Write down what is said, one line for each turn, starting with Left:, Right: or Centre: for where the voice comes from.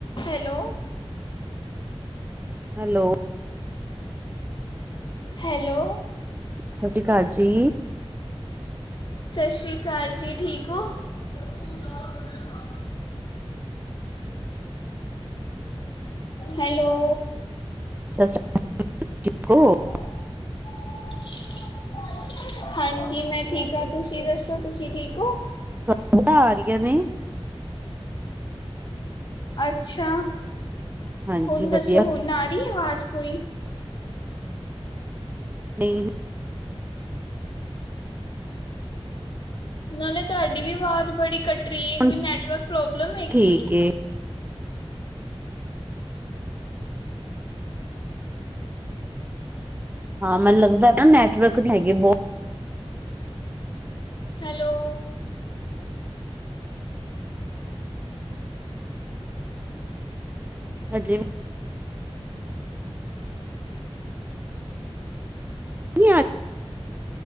Left: ਹੈਲੋ।
Right: ਹੈਲੋ।
Left: ਹੈਲੋ।
Right: ਸਤਿ ਸ਼੍ਰੀ ਅਕਾਲ ਜੀ।
Left: ਸ਼ਸ਼ਿ ਅਕਾਲ ਜੀ, ਠੀਕ ਹੋ? <inaudible> ਹੈਲੋ।
Right: ਸਤਿ ਸ਼੍ਰੀ ਅ ਕਾ ਲ ਠੀਕ ਹੋ।
Left: <inaudible> ਹਾਂਜੀ, ਮੈਂ ਠੀਕ ਆ, ਤੁਸੀਂ ਦੱਸੋਂ ਤੁਸੀਂ ਠੀਕ ਹੋ?
Right: ਆ ਜਾ ਰਹੀਆਂ ਨੇ?
Left: ਅੱਛਾ,
Right: ਹਾਂਜੀ
Left: ਹੁਣ ਦੱਸੋਂ
Right: ਵਧੀਆ
Left: ਹੁਣ ਆ ਰਹੀ ਆਵਾਜ਼ ਕੋਈ?
Right: ਨਈ।
Left: ਨਾਲੇ ਤੁਹਾਡੀ ਵੀ ਆਵਾਜ਼ ਬੜੀ ਕੱਟ ਟਰੀ
Right: ਹੁਣ
Left: ਐ, ਕੋਈ ਨੈਟਵਰਕ ਪ੍ਰੋਬਲਮ ਐ
Right: ਠੀਕ
Left: ਕੀ?
Right: ਏ ਹਾਂ ਮੈਨੂੰ ਲੱਗਦਾ ਨਾ ਨੈਟਵਰਕ ਹੈਗੀ ਬਹੁਤ
Left: ਹੈਲੋ।
Right: ਹਜੇ ਵੀ। ਨੀ ਆ